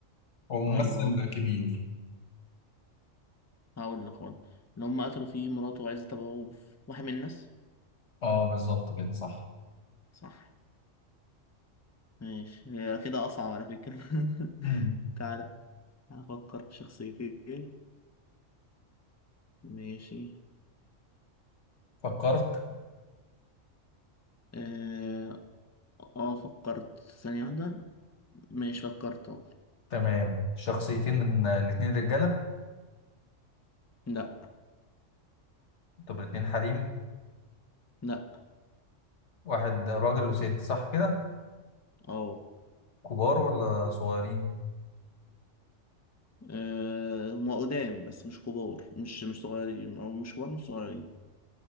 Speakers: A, on the left; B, on the left.
A: هو ممثل
B: طيب هقول لك
A: كبير
B: هقول لك هقول لك. اللي هم قتلوا فيه مراته وعزت ابو عوف واحد من الناس
A: اه بالظبط كده صح
B: صح ماشي هي كده اصعب على فكرة <laughs>
A: امم
B: تعالى افكر في شخصيتين ماشي
A: فكرت
B: اه آه، فكرت ثانية واحدة ماشي فكرت أهو.
A: تمام شخصيتين من الاتنين رجالة
B: لا
A: طب الاتنين حريم
B: لا
A: واحد راجل وست صح كده
B: اه
A: كبار ولا صغيرين
B: آه، هما قدام بس مش كبار مش مش صغيرين او مش كبار مش صغيرين